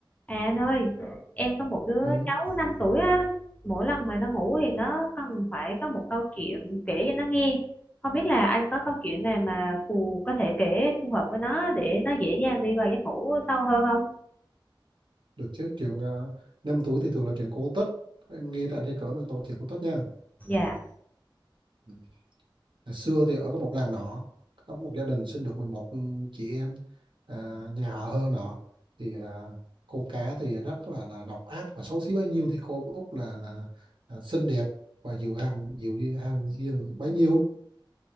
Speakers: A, on the left; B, on the right.
A: À anh ơi, em có một đứa
B: Ừ,
A: cháu 5 tuổi á, mỗi lần mà nó ngủ thì nó cần phải có một câu chuyện kể cho nó nghe. Không biết là anh có câu chuyện nào mà phù có thể kể phù hợp với nó để nó dễ dàng đi vào giấc ngủ sâu hơn không?
B: được chứ chuyện uh, năm túi thì thường là chuyện cổ tích em nghe tại trên cỡ mình có chuyện cổ tích nha
A: Dạ,
B: Ừ. Hồi xưa thì ở cái một làng nọ có một gia đình sinh được 11 chị em à, nhà họ Hơ nọ thì à, cô cá thì rất là là độc ác và xấu xí bấy nhiêu thì cô Út là là, là xinh đẹp và dịu hàng dịu dàng- hàng duyên bấy nhiêu